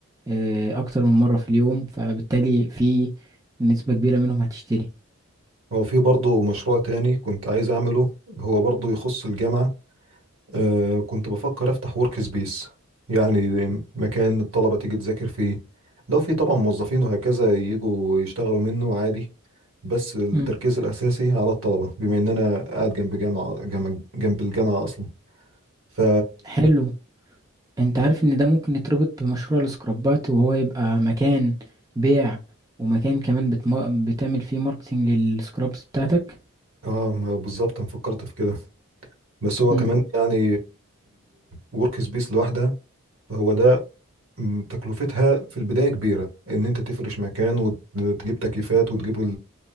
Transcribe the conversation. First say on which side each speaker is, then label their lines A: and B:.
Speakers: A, on the right (about 15°); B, on the right (about 70°).
A: آه، اكتر من مرة في اليوم فبالتالي في نسبة كبيرة منهم هتشتري
B: هو في برضه مشروع تاني كنت عايز اعمله هو برضه يخص الجامعه آه كنت بفكر افتح ورك سبيس يعني مكان الطلبة تيجي تذاكر فيه لو في طبعا موظفين وهكذا يجوا يشتغلوا منه عادي بس التركيز
A: مم.
B: الأساسي على الطلبة بما إن أنا قاعد جنب جامعة جنب, جنب الجامعة أصلا ف
A: حلو انت عارف ان ده ممكن يتربط بمشروع السكرابات وهو يبقى مكان بيع ومكان كمان بتم... بتعمل فيه ماركتينج للسكرابس بتاعتك
B: اه ما بالظبط أنا فكرت في كده بس هو
A: مم.
B: كمان يعني الورك سبيس لوحدها فهو ده م، تكلفتها في البداية كبيرة إن أنت تفرش مكان وتجيب تكييفات وتجيب